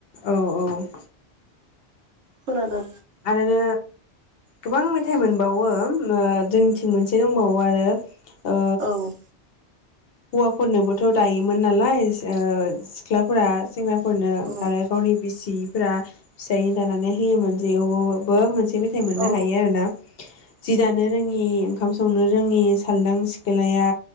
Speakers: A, on the left; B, on the right.
A: औ औ।
B: खोनादों।
A: आरोनो गोबां मेथाइ मोनबावो ओ जोंनिथिं मोनसे दंबावो आरो ओ
B: औ।
A: हौवाफोरनोबोथ' दायोमोन नालाय <unintelligible> सिख्लाफोरा सेंग्राफोरनो
B: औ
A: आरो गावनि बिसि फोरा फिसायनो दानानै होयोमोन जेवबो मोनसे मेथाइ मोननो
B: औ
A: हायो आरो ना जि दानो रोङि ओंखाम संनो रोङि साल्दां सिखोलाया